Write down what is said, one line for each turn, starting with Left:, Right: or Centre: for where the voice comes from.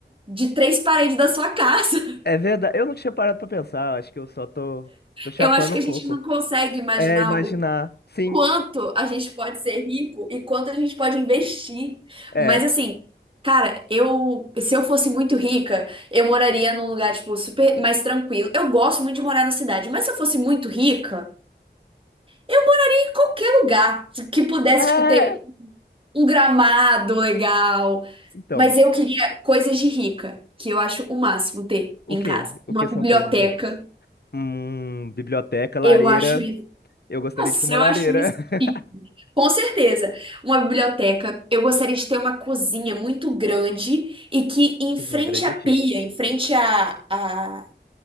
Right: de três paredes da sua <laughs> casa.
Left: É verdade. Eu não tinha parado pra pensar. Acho que eu só tô, tô chapando
Right: Eu acho que
Left: o
Right: a
Left: coco.
Right: gente não consegue imaginar
Left: É, imaginar. Sim,
Right: quanto a gente pode ser rico e quanto a gente pode investir.
Left: é.
Right: Mas assim, cara, eu, se eu fosse muito rica, eu moraria num lugar, tipo, super mais tranquilo. Eu gosto muito de morar na cidade, mas se eu fosse muito rica, eu ia em qualquer lugar que pudesse,
Left: É.
Right: tipo, ter um gramado legal.
Left: Então,
Right: Mas eu queria coisas de rica, que eu acho o máximo ter
Left: o
Right: em
Left: quê?
Right: casa.
Left: O
Right: Uma
Left: que são
Right: biblioteca,
Left: coisas ricas? Hum, biblioteca, lareira.
Right: eu acho isso.
Left: Eu gostaria
Right: Nossa,
Left: de ter uma
Right: eu
Left: lareira.
Right: acho isso.
Left: <laughs>
Right: Com certeza. Uma biblioteca. Eu gostaria de ter uma cozinha muito grande e que em
Left: Cozinha
Right: frente
Left: grande
Right: à
Left: é chique.
Right: pia, em frente à, à-